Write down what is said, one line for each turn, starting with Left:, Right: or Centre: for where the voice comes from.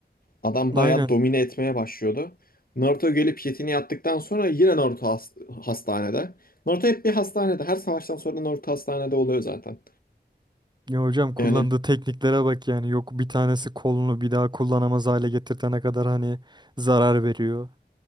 Left: Adam bayağı
Right: Aynen.
Left: domine etmeye başlıyordu. Naruto gelip yetini yaptıktan sonra yine Naruto has- hastanede. Naruto hep bir hastanede. Her savaştan sonra Naruto hastanede oluyor zaten.
Right: Ya hocam kullandığı
Left: Yani
Right: tekniklere bak yani yok bir tanesi kolunu bir daha kullanamaz hale getirtene kadar hani zarar veriyor.